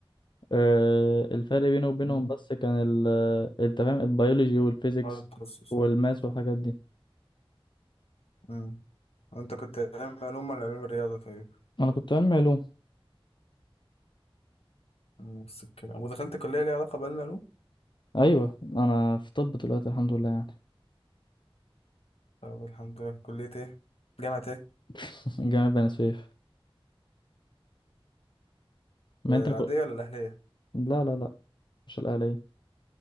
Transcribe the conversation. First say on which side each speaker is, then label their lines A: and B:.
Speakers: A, on the left; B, on the left.
A: آه، الفرق بيني وبينهم
B: مم.
A: بس كان ال انت فاهم البيولوجي والفيزيكس
B: ناقص التخصص
A: والماس والحاجات دي
B: مم. انت كنت علم علوم ولا علم رياضة طيب
A: انا كنت علمي علوم
B: نفس الكلام ودخلت كلية ليها علاقة بعلم علوم
A: ايوه انا في طب دلوقتي الحمد لله يعني
B: طب الحمد لله كلية ايه جامعة ايه
A: <laughs> جامعة بني سويف ما
B: آه،
A: انت
B: العادية
A: كنت
B: ولا الأهلية
A: لا لا لا مش الاهلية